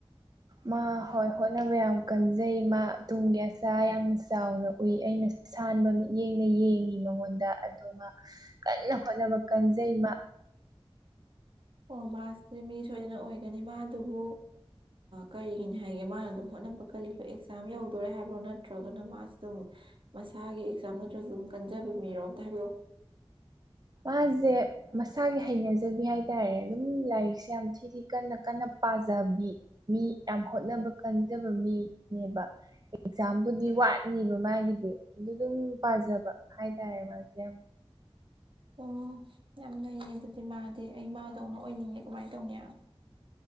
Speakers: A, on the right; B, on the right.
A: ꯃꯥ ꯍꯣꯏ ꯍꯣꯠꯅꯕ ꯌꯥꯝ ꯀꯟꯖꯩ ꯃꯥ ꯇꯨꯡꯒꯤ ꯑꯁ ꯆ ꯌꯥꯝꯅ ꯆꯥꯎꯅ ꯎꯏ ꯑꯩꯅ ꯁꯥꯟꯕ ꯃꯤꯠꯌꯦꯡꯅ ꯌꯦꯡꯉꯤ ꯃꯉꯣꯟꯗ ꯑꯗꯨꯃ ꯀꯟꯅ ꯍꯣꯠꯅꯕ ꯀꯟꯖꯩꯃ
B: ꯑꯣ ꯃꯥꯁꯤꯗꯤ ꯃꯤ ꯁꯣꯏꯗꯅ ꯑꯣꯏꯒꯅꯤ ꯃꯥ ꯑꯗꯨꯕꯨ ꯀꯔꯤꯒꯤꯅꯤ ꯍꯥꯏꯒꯦ ꯃꯥꯅ ꯑꯗꯨꯝ ꯍꯣꯠꯅ ꯕ ꯀꯜꯂꯤꯗꯣ ꯑꯦꯛꯖꯥꯝ ꯌꯧꯗꯣꯔꯦ ꯍꯥꯏꯕ꯭ꯔꯣ ꯅꯠꯇ꯭ꯔꯒꯅ ꯃꯥꯁꯨꯝ ꯃꯁꯥꯒꯤ ꯑꯦꯛꯖꯥꯝ ꯅꯠꯇ꯭ꯔꯁꯨ ꯑꯗꯨꯝ ꯀꯟꯖ ꯕ ꯃꯤꯔꯣ ꯑꯝꯇ ꯍꯥꯏꯕꯤꯔꯛꯑꯣ
A: ꯃꯥꯁꯦ ꯃꯁꯥꯒꯤ ꯍꯩꯅꯖꯕꯤ ꯍꯥꯏꯇꯥꯔꯦ ꯑꯗꯨꯝ ꯂꯥꯏꯔꯤꯛꯁꯦ ꯌꯥꯝ ꯊꯤ-ꯊꯤ ꯀꯟꯅ-ꯀꯟꯅ ꯄꯥꯖꯕꯤ ꯃꯤ ꯌꯥꯝ ꯍꯣꯠꯅꯕ ꯀꯟꯖꯕ ꯃꯤꯅꯦꯕ ꯑꯦꯛꯖꯥꯝꯕꯨꯗꯤ ꯋꯥꯠꯂꯤꯕ ꯃꯥꯒꯤꯗꯤ ꯑꯗꯨ ꯑꯗꯨꯝ ꯄꯥꯖꯕ ꯍꯥꯏꯇꯥꯔꯦ ꯃꯥꯁꯦ ꯌꯥꯝ
B: ꯑꯣ ꯑꯣ ꯌꯥꯝ ꯅꯩꯌꯦ ꯑꯗꯨꯗꯤ ꯃꯥꯗꯤ ꯑꯩ ꯃꯥꯗꯧꯅ ꯑꯣꯏꯅꯤꯡꯉꯦ ꯀꯃꯥꯏ ꯇꯧꯅꯤ